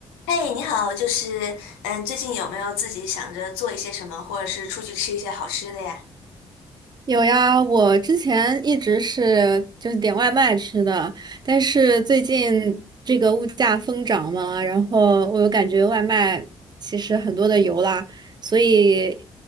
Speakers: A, on the left (about 85°); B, on the right (about 30°).
A: 嘿，你好，就是嗯，最近有没有自己想着做一些什么，或者是出去吃一些好吃的呀？
B: 有呀，我之前一直是就是点外卖吃的，但是最近这个物价疯涨嘛，然后我又感觉外卖其实很多的油啦，所以